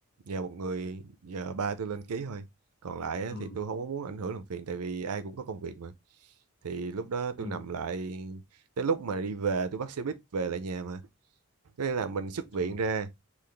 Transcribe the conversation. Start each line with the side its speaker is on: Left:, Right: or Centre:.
Right: nhờ một người nhờ ba tôi lên ký thôi còn lại á,
Left: ừ.
Right: thì tôi không có muốn ảnh hưởng làm phiền tại vì ai cũng có công việc mà thì lúc đó tôi
Left: Ừ.
Right: nằm lại tới lúc mà đi về tôi bắt xe buýt về lại nhà mà có nghĩa là mình xuất viện
Left: Trời.
Right: ra